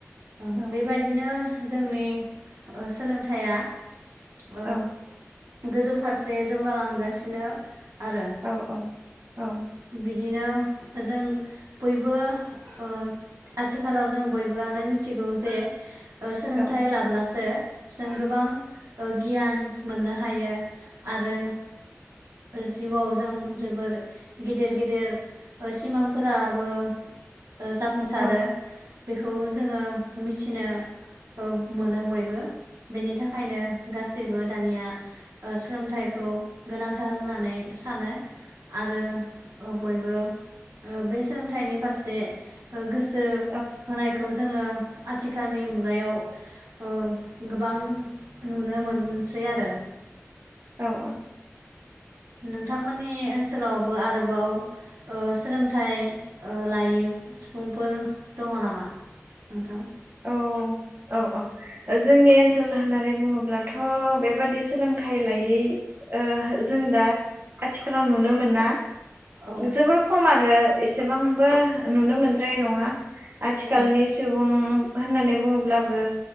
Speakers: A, on the right (about 80°); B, on the right (about 45°).
A: ओ
B: औ
A: बेबायदिनो जोंनि ओ सोलोंथाइया ओ
B: औ।
A: गोजौ फारसे जौगालांगासिनो। आरो।
B: औ औ
A: बिदिनो जों बयबो ओ आथिखालाव जों बयबोआनो मिथिगौ जे ओ सोलोंथाइ
B: औ
A: लाब्लासो जों गोबां ओ गियान मोननो हायो आरो जो जिउआव जों जोबोर गिदिर गिदिर ओ सिमांफोराबो ओ जाफुंसारो
B: औ
A: बेखौ जोङो मिथि नो ओ मोनो बयबो। बेनि थाखायनो गासैबो। दानिया ओ सोलोंथाइखौ गोनां थार होननानै सानो। आरो अ बयबो ओ बे सोलोंथाइनि फारसे ओ गोस‌ सो
B: औ
A: होनायखौ जो जोङो आथिखालनि मुगायाव। औ गोबां नुनो मोनसै आरो।
B: औ ओ
A: नोंथांमोननि ओनसोलावबो आरोबाव ओ सोलोंथाइ ओ लायै सुबुंफोर दङ नामा नोंथां?
B: औ औ औ औ जोंनि ओनसोल होननानै बुङोब्लाथ' बेबादि सोलोंथाइ लायै ओ जों दा आथिखालाव नुनो मोना
A: औ
B: जोबोर खम आरो एसेबांबो नुनो मोनद्राय नङा। आथिखालनि
A: औ
B: सुबुं होननानै बुङोब्लाबो